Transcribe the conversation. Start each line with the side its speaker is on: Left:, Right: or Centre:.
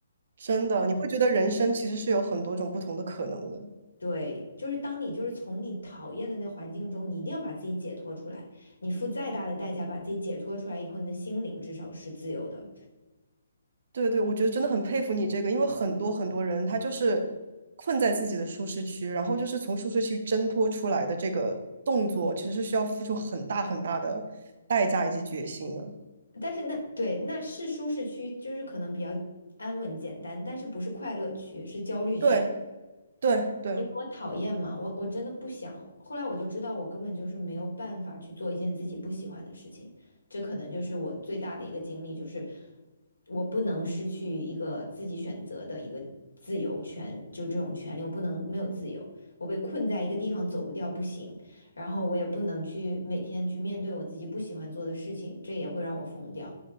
Right: 真的，你会觉得人生其实是有很多种不同的可能的。
Left: 对，就是当你就是从你讨厌的那环境中，你一定要把自己解脱出来。你付再大的代价把自己解脱出来以后，你的心灵至少是自由的。
Right: 对对，我觉得真的很佩服你这个，因为很多很多人他就是困在自己的舒适区，然后就是从舒适区挣脱出来的这个动作，其实是需要付出很大很大的代价以及决心的。
Left: 但是那对那是舒适区，就是可能比较安稳简单，但是不是快乐区，是焦虑区。
Right: 对对对，
Left: 因为我讨厌嘛，我我真的不想。后来我就知道，我根本就是没有办法去做一件自己不喜欢的事情。这可能就是我最大的一个经历，就是我不能失去一个自己选择的一个自由权，就这种权利，我不能没有自由。我被困在一个地方走不掉不行，然后我也不能去每天去面对我自己不喜欢做的事情，这也会让我疯掉。